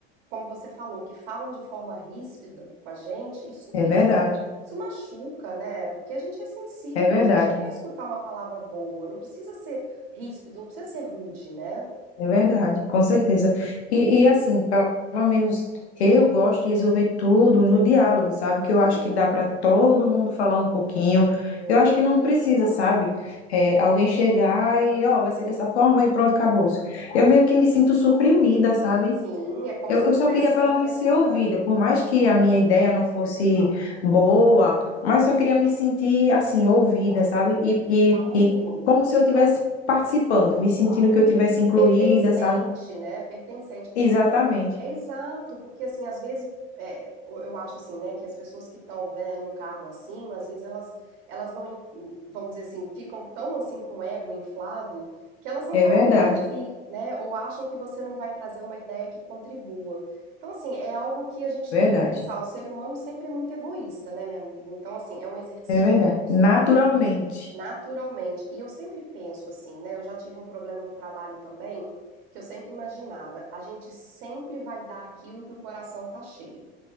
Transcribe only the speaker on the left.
é
verdade,
é verdade.
É verdade, com certeza. E, e assim, pelo menos eu gosto de resolver tudo no diálogo, sabe? Que
eu acho que dá para todo mundo falar um pouquinho.
Eu
acho que não precisa, sabe? É, alguém chegar e, ó, vai ser dessa forma e pronto, acabou. Eu meio que me sinto suprimida, sabe?
Eu,
eu
só queria pelo
menos
ser ouvida, por mais que
a minha ideia não fosse boa, mas só queria me sentir assim, ouvida, sabe? E, e,
e como se eu tivesse participando, me sentindo
que eu tivesse incluída,
sabe?
Exatamente.
É verdade,
verdade,
é verdade.
Naturalmente,